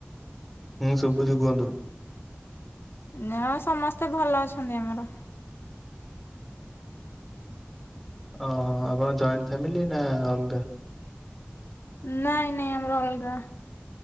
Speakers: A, in the centre; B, on the left (about 65°).
A: ନାହିଁ ସୁବୁଛି କୁହନ୍ତୁ।
B: ନା ସମସ୍ତେ ଭଲ ଅଛନ୍ତି ଆମର।
A: ଓହ ଆପଣ ଜଏଣ୍ଟ ଫ୍ୟାମିଲି ନା ଅଲଗା।
B: ନାଇଁ ନାଇଁ ଆମର ଅଲଗା